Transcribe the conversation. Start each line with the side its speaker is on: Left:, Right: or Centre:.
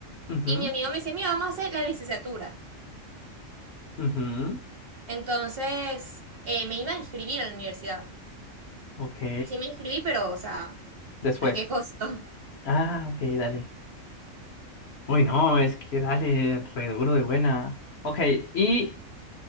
Left: Ujú,
Right: y mi amigo me decía, mira, vamos a hacer la licenciatura.
Left: ujú,
Right: Entonces, eh, me iba a inscribir a la universidad.
Left: Ok.
Right: Y sí me inscribí, pero, o sea,
Left: Después.
Right: ¿a qué costo?
Left: Ah, ok, dale. Uy, no, es que dale, re duro de buena. Ok, y